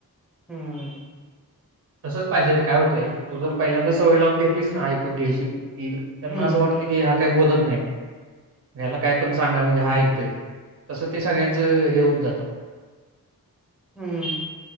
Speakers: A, in the centre; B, on the right.
A: हम्म
B: तसच पाहिजे रे काय होतय तू तर पहिल्यांदा सवय लावून घेतलीच ना ऐकून घ्यायची. कि त्यांना
A: हम्म
B: असं वाटत की हा काही बोलत नाही. या्याला काय पण सांगा म्हणजे हा ऐतोय तसं ते सगळ्यांचं हे होऊन जातं म <unintelligible> <unintelligible>
A: हम्मं